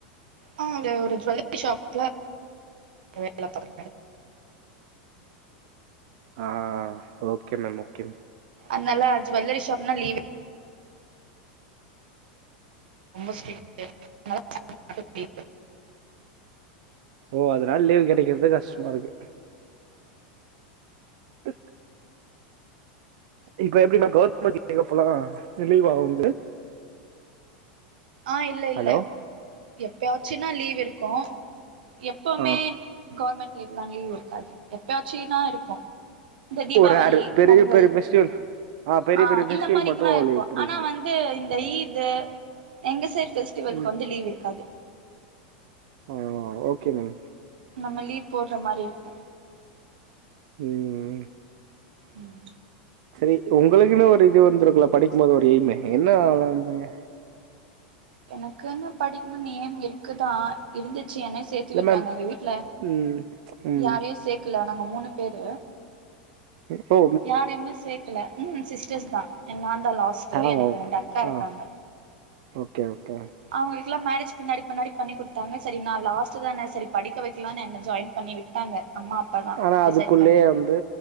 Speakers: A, on the right; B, on the right.
A: ஆ அங்க ஒரு ஜுவல்லரி ஷாப்ல வேலை <inaudible>
B: ஆ ஓகே மேம் ஓகே மேம்
A: அனல்லா அது ஜுவல்லரி ஷாப்னா லீவே ரொம்ப ஸ்ட்ரிட்டு அதனால <inaudible>
B: ஓ அதனால லீவ் கெடைக்குறது கஷ்டமா இருக்கு க் இப்ப எப்டிமா கவர்மெண்ட் லீவ் அப்பல்லா லீவாவுது
A: ஆ இல்ல இல்ல
B: ஹலோ
A: எப்பயாச்சுன்னா லீவ் இருக்கு எப்பமே
B: ஆ
A: கவர்மெண்ட் லீவ்லா லீவ் இருக்காது எப்பயாச்சுனா இருக்கு இந்த தீபாவளி
B: ஓ ரேரு பெரிய
A: பொங்கல்
B: பெரிய ஃபெஸ்டிவல் பெரிய
A: ஆ
B: பெரிய ஃபெஸ்டிவல்
A: இந்த மாரிக்குல்லா
B: மட்டு
A: இருக்கு
B: லீவ் புரியுது
A: ஆனா வந் து இந்த ஈது எங்க சைடு பெஸ்டிவலுக்கு
B: ம்
A: வந்து லீவ் இருக்காது
B: ஆ ஓகே மேம்
A: நம்ம லீவ் போட்ற மாரி இருக்கு
B: ம்
A: ம்
B: சரி உங்களுக்குன்னு ஒரு இது வந்திருக்குல படிக்கு போது ஒரு எய்ம் என்ன ஆகலா இருந்தங்க
A: எனக்குன்னு படிக்கணு எய்ம் இருக்குதா இருந்துச்சு என்ன சேத்து
B: இல்ல
A: விட்டாங்க
B: மேம்
A: எங்க வீட்ல
B: ம் ம்
A: யாரையு சேக்கல நாங்க மூணு பேரு
B: இருப்போ
A: யாரையுமே சேக்கல ம் சிஸ்டர்ஸ் தா நா தா லாஸ்ட்டு
B: ஆ
A: எனக்கு
B: ஓ
A: ரெண்டு அக்கா இருக்காங்க
B: ஆ ஓகே ஓகே
A: அவங்களுக்கெலாம் மேரேஜ் பின்னாடி பின்னாடி பண்ணி குடுத்தாங்க சரி நா லாஸ்ட் தா சரி படிக்க வக்கலா என்ன ஜாயின் பண்ணி விட் ங்க அம்மா அப் பாதா
B: ஆனா அதுக்குள்ளயே
A: டிசைட் பண்ணி
B: வந்து